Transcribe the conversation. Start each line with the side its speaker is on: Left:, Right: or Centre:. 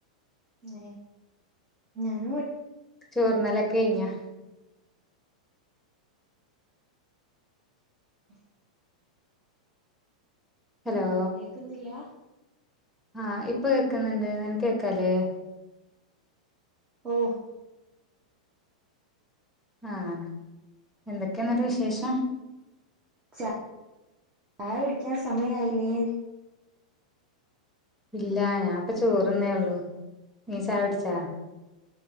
Right: ഏ ഞാനും വീ
Centre: ചോർന്നലൊക്കെയ്ഞാ
Right: <inaudible>
Centre: ഹലോ..
Right: കേക്ക്ന്നില്ലാ
Centre: ആഹ് ഇപ്പ കേക്ക്ന്ന്ണ്ട് നിനക്കേക്കാലെ
Right: ഓഹ്.
Centre: ആഹ് എന്തൊക്യാന്ന്ട്ട് വിശേഷം
Right: ച ആയ കുടിക്കാൻ സമയായില്ലേ
Centre: ഇല്ല ഞാ ഇപ്പ ചോറ്ന്നേ ഒള്ളു നീ ചായുട്ചാ